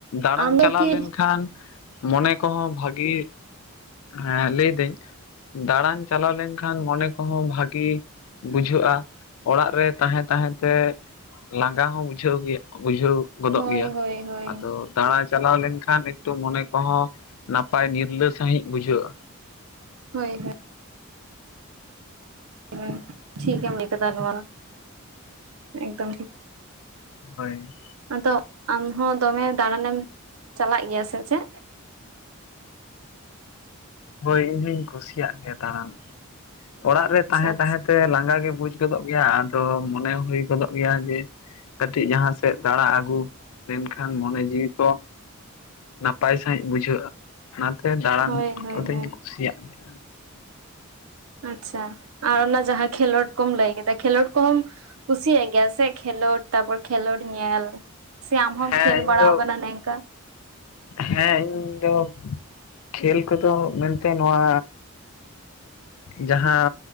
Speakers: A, on the left; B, on the right.
A: ᱫᱟᱬᱟᱱ
B: ᱟᱢ ᱫᱚ
A: ᱪᱟᱞᱟᱣ
B: ᱠᱤ
A: ᱞᱮᱱᱠᱷᱟᱱ ᱢᱚᱱᱮ ᱠᱚᱦᱚᱸ ᱵᱷᱟᱹᱜᱤ ᱦᱮᱸ ᱞᱟᱹᱭᱫᱟᱹᱧ ᱫᱟᱬᱟᱱ ᱪᱟᱞᱟᱣ ᱞᱮᱱᱠᱷᱟᱱ ᱢᱚᱱᱮ ᱠᱚᱦᱚᱸ ᱵᱷᱟᱹᱜᱤ ᱵᱩᱡᱷᱟᱹᱜᱼᱟ ᱚᱲᱟᱜ ᱨᱮ ᱛᱟᱦᱮᱸ ᱛᱟᱦᱮᱸ ᱛᱮ ᱞᱟᱸᱜᱟ ᱦᱚᱸ ᱵᱩᱡᱷᱟᱹᱣ ᱜᱮᱭᱟ ᱵᱩᱡᱷᱟᱹᱣ ᱜᱚᱫᱚᱜ
B: ᱦᱳᱭ
A: ᱜᱮᱭᱟ
B: ᱦᱳᱭ ᱦᱳᱭ
A: ᱟᱫᱚ ᱫᱟᱬᱟ ᱪᱟᱞᱟᱣ ᱞᱮᱱᱠᱷᱟᱱ ᱮᱠᱴᱩ ᱢᱚᱱᱮ ᱠᱚᱦᱚᱸ ᱱᱟᱯᱟᱭ ᱱᱤᱨᱞᱟᱹ ᱥᱟᱺᱦᱤᱡ ᱵᱩᱡᱷᱟᱹᱜᱼᱟ
B: ᱦᱳᱭ ᱦᱚᱭ ᱨᱮ ᱴᱷᱤᱠᱮᱢ ᱞᱟᱹᱭ ᱠᱟᱫᱟ ᱱᱚᱣᱟ ᱮᱠᱫᱚᱢ ᱴᱷᱤᱠ
A: ᱦᱳᱭ
B: ᱟᱫᱚ ᱟᱢ ᱦᱚᱸ ᱫᱚᱢᱮ ᱫᱟᱬᱟᱱᱮᱢ ᱪᱟᱞᱟᱜ ᱜᱮᱭᱟ ᱥᱮ ᱪᱮᱫ
A: ᱦᱳᱭ ᱤᱧᱦᱩᱧ ᱠᱩᱥᱤᱭᱟᱜ ᱜᱮᱭᱟ ᱫᱟᱬᱟᱱ ᱚᱲᱟᱜ ᱨᱮ
B: ᱟᱪᱪᱷᱟ
A: ᱛᱟᱦᱮᱸ
B: ᱟᱪᱪᱷᱟ
A: ᱛᱟᱦᱮᱸ ᱛᱮ ᱞᱟᱸᱜᱟ ᱜᱮ ᱵᱩᱡᱽ ᱜᱚᱫᱚᱜ ᱜᱮᱭᱟ ᱟᱫᱚ ᱢᱚᱱᱮ ᱦᱩᱭ ᱜᱚᱫᱚᱜ ᱜᱮᱭᱟ ᱡᱮ ᱠᱟᱹᱴᱤᱡ ᱡᱟᱦᱟᱸ ᱥᱮᱜ ᱫᱟᱬᱟ ᱟᱹᱜᱩ ᱞᱮᱱᱠᱷᱟᱱ ᱢᱚᱱᱮ ᱡᱤᱣᱤ ᱠᱚ ᱱᱟᱯᱟᱭ ᱥᱟᱺᱦᱤᱡ ᱵᱩᱡᱷᱟᱹᱜᱼᱟ ᱚᱱᱟᱛᱮ ᱫᱟᱬᱟᱱ
B: ᱦᱳᱭ ᱦᱳᱭ
A: ᱠᱚᱫᱚᱧ
B: ᱦᱳᱭ
A: ᱠᱩᱥᱤᱭᱟᱜ ᱜᱮᱭᱟ
B: ᱟᱪᱪᱷᱟ ᱟᱨ ᱚᱱᱟ ᱡᱟᱸᱦᱟᱸ ᱠᱷᱮᱞᱚᱰ ᱠᱚᱢ ᱞᱟᱹᱭ ᱠᱮᱫᱟ ᱠᱷᱮᱞᱚᱰ ᱠᱚᱦᱚᱸᱢ ᱠᱩᱥᱤᱭᱟᱜ ᱜᱮᱭᱟ ᱥᱮ ᱠᱷᱮᱞᱚᱰ ᱛᱟᱯᱚᱨ ᱠᱷᱮᱞᱚᱰ ᱧᱮᱞ ᱥᱮ ᱟᱢ ᱦᱚᱢ
A: ᱦᱮᱸ
B: ᱠᱷᱮᱞ
A: ᱤᱧ
B: ᱵᱟᱲᱟᱣ
A: ᱫᱚ
B: ᱠᱟᱱᱟ ᱱᱮᱝᱠᱟ
A: ᱦᱮᱸ ᱤᱧᱫᱚ ᱠᱷᱮᱞ ᱠᱚᱫᱚ ᱢᱮᱱᱛᱮ ᱱᱚᱣᱟ ᱡᱟᱸᱦᱟᱸ